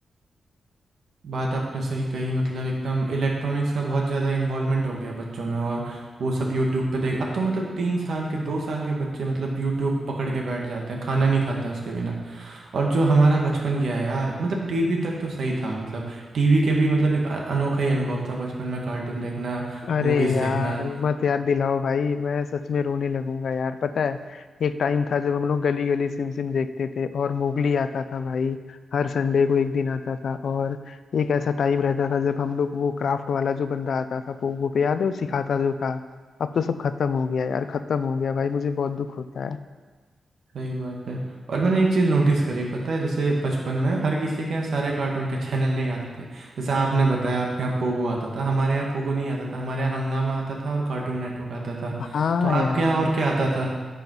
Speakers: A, on the right; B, on the left.
A: बात आपने सही कही मतलब एकदम इलेक्ट्रॉनिक्स का बहुत ज़्यादा इन्वॉल्वमेंट हो गया है बच्चों में और वो सब यूट्यूब पे देख अब तो मतलब तीन साल के दो साल के बच्चे मतलब यूट्यूब पकड़ के बैठ जाते हैं खाना नहीं खाते हैं उसके बिना और जो हमारा बचपन गया है यार मतलब टीवी तक तो सही था मतलब टीवी के भी मतलब एक अ- अनोखा ही अनुभव था बचपन में कार्टून देखना
B: अरे
A: मूवीज़
B: यार
A: देखना
B: मत याद दिलाओ भाई मैं सच में रोने लगूंगा यार पता है एक टाइम था जब हम लोग गली गली सिम सिम देखते थे और मोगली आता था भाई हर संडे को एक दिन आता था और एक ऐसा टाइम रहता था जब हम लोग वो क्राफ्ट वाला जो बंदा आता था पोगो पे याद है वो सिखाता जो था अब तो सब खत्म हो गया यार खत्म हो गया भाई मुझे बहुत दुख होता है
A: सही बात है और मैंने एक चीज़ नोटिस करी पता है जैसे बचपन में हर किसी के यहाँ सारे कार्टून के चैनल नहीं आते थे जैसे आपने बताया आपके यहाँ पोगो आता था हमारे यहाँ पोगो नहीं आता था हमारे यहाँ हंगामा आता था और कार्टून नेटवर्क आता था
B: हाँ
A: तो
B: यार
A: आपके यहाँ और क्या आता था